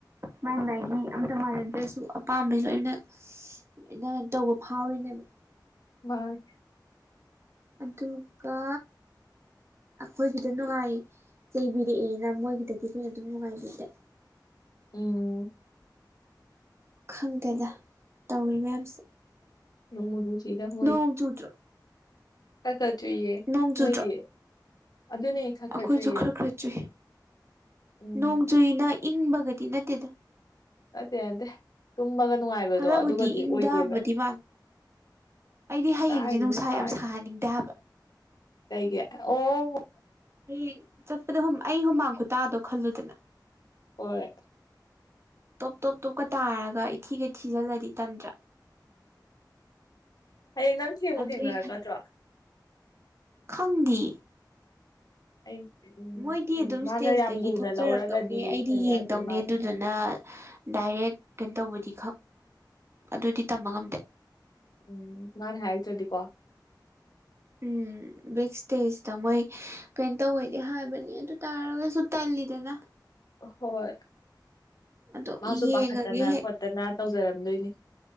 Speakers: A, on the right; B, on the left.
A: ꯃꯥꯏ ꯃꯥꯏꯒꯤ ꯑꯝꯇ ꯃꯥꯥꯟꯅꯗ꯭ꯔꯁꯨ ꯑꯄꯥꯝꯕ ꯂꯣꯏꯅ ꯅ ꯇꯧꯕ ꯐꯥꯎꯔꯤꯅꯦꯕ
B: ꯃꯥꯅꯦ
A: ꯑꯗꯨꯒ ꯑꯩꯈꯣꯏꯒꯤꯗ ꯅꯨꯡꯉꯥꯏ ꯆꯩꯕꯤꯔꯛꯑꯦꯅ ꯃꯣꯏꯒꯤꯗꯗꯤ ꯑꯩꯈꯣꯏꯅ ꯑꯗꯨꯝ ꯅꯨꯡꯉꯥꯏꯕꯤꯗꯦ
B: ꯎꯝ
A: ꯈꯪꯗꯦꯗ ꯇꯧꯔꯤ ꯃꯌꯥꯝꯁꯦ
B: ꯅꯦꯡꯕꯨ ꯅꯨꯡꯁꯤꯗ ꯃꯣꯏ
A: ꯅꯣꯡ ꯆꯨꯗ꯭ꯔꯣ
B: ꯈꯥ ꯈꯥ ꯆꯨꯏꯌꯦ
A: ꯅꯣꯡ
B: ꯅꯣꯏꯗꯤ
A: ꯆꯨꯗ꯭ꯔꯣ
B: ꯑꯗꯨꯅꯦ ꯈꯔ
A: ꯑꯩꯈꯣꯏꯁꯨ
B: ꯆꯨꯏꯌꯦꯕ
A: ꯈꯔ ꯈꯔ ꯆꯨꯏ
B: ꯎꯝ
A: ꯅꯣꯡ ꯆꯨꯏꯅ ꯏꯪꯕꯒꯗꯤ ꯅꯠꯇꯦꯗ
B: ꯅꯠꯇꯦ ꯅꯠꯇꯦ ꯇꯨꯝꯕꯒ ꯅꯨꯡꯉꯥꯏꯕꯗꯣ
A: ꯈꯔꯕꯨꯗꯤ
B: ꯑꯗꯨꯒꯗꯤ
A: ꯏꯪꯗꯕꯗꯤ
B: ꯑꯣꯏꯗꯦꯕ
A: ꯃꯥꯜꯂꯦ ꯑꯩꯗꯤ ꯍꯌꯦꯡꯁꯦ
B: ꯀꯥꯏꯗꯩꯅꯣ
A: ꯅꯨꯡꯁꯥ
B: ꯁꯥꯏ
A: ꯌꯥꯝ ꯁꯥꯍꯟꯅꯤꯡꯗꯦ ꯍꯥꯏꯕ
B: ꯀꯩꯒꯤ ꯑꯣ
A: ꯍꯌꯦꯡ ꯆꯠꯄꯗ ꯑꯩ ꯍꯨꯃꯥꯡ ꯈꯨꯇꯥꯗꯣ ꯈꯜꯂꯨꯗꯅ
B: ꯍꯣꯏ
A: ꯇꯣꯞ ꯇꯣꯞ ꯇꯣꯞꯀ ꯇꯥꯔꯒ ꯏꯊꯤꯒꯩ ꯊꯤꯖꯤꯜꯂꯗꯤ ꯇꯟꯗ꯭ꯔꯥ
B: ꯍꯌꯦꯡ ꯅꯪ ꯊꯦꯡꯕꯨ
A: ꯑꯗꯨꯏ
B: ꯊꯦꯡꯅꯔꯛꯀꯗ꯭ꯔꯣ
A: ꯈꯪꯗꯦ
B: ꯑꯩ ꯎꯝ
A: ꯃꯣꯏꯗꯤ ꯑꯗꯨꯝ ꯏꯁꯇꯦꯖꯇꯒꯤ
B: ꯃꯥꯅ ꯌꯥꯝ ꯂꯨꯅ
A: ꯊꯣꯛꯆꯔꯛꯇꯧꯅꯦ
B: ꯂꯧꯔꯒꯗꯤ
A: ꯑꯩꯗꯤ
B: ꯊꯦꯡꯅꯔꯗꯣꯏ
A: ꯌꯦꯡꯗꯧꯅꯦ
B: ꯃꯥ
A: ꯑꯗꯨ ꯑꯗꯨꯅ ꯗꯥꯏꯔꯦꯛ ꯀꯩꯅꯣ ꯇꯧꯕꯗꯤ ꯑꯗꯨꯗꯤ ꯇꯝꯕ ꯉꯝꯗꯦ
B: ꯎꯝ ꯃꯅꯥ ꯍꯥꯢꯔꯛꯇ꯭ꯔꯗꯤꯀꯣ
A: ꯎꯝ ꯕꯦꯛ ꯏꯁꯇꯦꯖꯇ ꯃꯣꯏ ꯀꯩꯅꯣ ꯇꯧꯋꯦꯗꯤ ꯍꯥꯏꯕꯅꯤ ꯑꯗꯨ ꯇꯥꯔꯒꯁꯨ ꯇꯜꯂꯤꯗꯅ <unintelligible>
B: ꯍꯣꯏ
A: ꯑꯗꯣ
B: ꯃꯥꯁꯨ
A: ꯌꯦꯡꯉꯒꯦ
B: ꯄꯥꯈꯠꯇꯅ
A: ꯍꯦꯛ
B: ꯈꯣꯠꯇꯅ ꯇꯧꯖꯔꯝꯗꯣꯏꯅꯤ